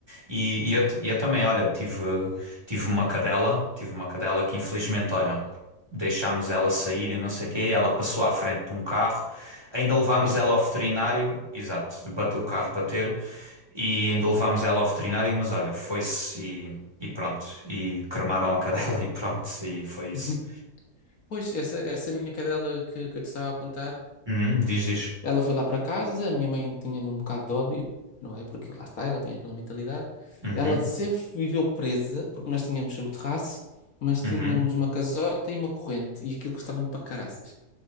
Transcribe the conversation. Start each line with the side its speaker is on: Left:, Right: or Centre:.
Right: E, e eu, t- e eu também, olha, tive, tive uma cadela, tive uma cadela que infelizmente, olha, deixámos ela sair e não sei o quê, ela passou à frente de um carro Ainda levámos
Left: foi atropelar.
Right: ela ao veterinário, exato, bate- o carro bateu-lhe e ainda levámos ela ao veterinário, mas olha, foi-se e, e pronto. E cremaram a cadela <laughs> e pronto, e foi isso.
Left: Uhum. Pois, essa, essa minha cadela que, que eu te estava a contar,
Right: Uhum, diz, diz.
Left: ela foi lá para casa, a minha mãe tinha-lhe um bocado de ódio, não é? Porque lá está, ela tinha aquela mentalidade.
Right: Uhum,
Left: Ela sempre viveu presa, porque nós tínhamos o terraço, mas
Right: uhum,
Left: tínhamos uma casota e uma corrente, e aquilo custava-me para caraças.